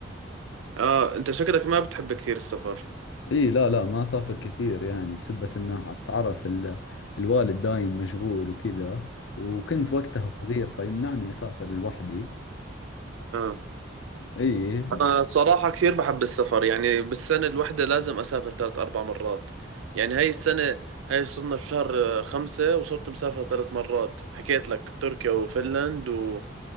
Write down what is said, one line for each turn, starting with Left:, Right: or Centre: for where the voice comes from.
Right: اه انت شكلك ما بتحب كثير السفر
Left: اي لا لا ما اسافر كثير يعني بسبة انه تعرف ال- الوالد دايم مشغول وكذا وكنت وقتها صغير فيمنعني اسافر لوحدي
Right: اه
Left: اي
Right: انا صراحة كثير بحب السفر يعني بالسنة الواحدة لازم اسافر ثلاث اربع مرات يعني هاي السنة هاي صرنا بشهر آه، خمسة وصرت مسافر ثلاث مرات حكيت لك تركيا وفنلند و...